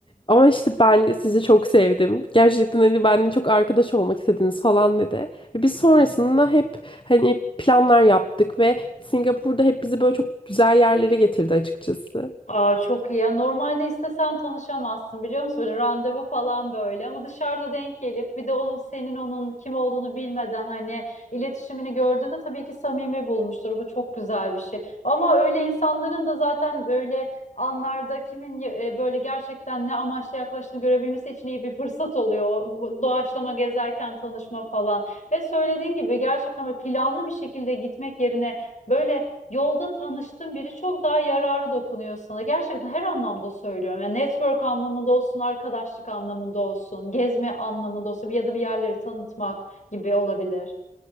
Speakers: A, on the left (about 35°); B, on the left (about 55°).
A: ama işte ben sizi çok sevdim. Gerçekten hani benimle çok arkadaş olmak istediniz falan dedi. Ve biz sonrasında hep hani planlar yaptık ve Singapur'da hep bizi böyle çok güzel yerlere getirdi açıkçası.
B: Aa, çok iyi ya. Normalde istesen tanışamazsın biliyor musun? Böyle randevu falan böyle ama dışarıda denk gelip bir de onun senin onun kim olduğunu bilmeden hani iletişimini gördüğünde tabii ki samimi bulmuştur. Bu çok güzel bir şey. Ama öyle insanların da zaten böyle anlarda kimin e, böyle gerçekten ne amaçla yaklaştığını görebilmesi için iyi bir fırsat oluyor. Bu Doğaçlama gezerken tanışma falan. Ve söylediğin gibi gerçekten böyle planlı bir şekilde gitmek yerine böyle Yolda tanıştığın biri çok daha yararı dokunuyor sana. Gerçekten her anlamda söylüyorum. Yani network anlamında olsun, arkadaşlık anlamında olsun, gezme anlamında olsun bir ya da bir yerleri tanıtmak gibi olabilir.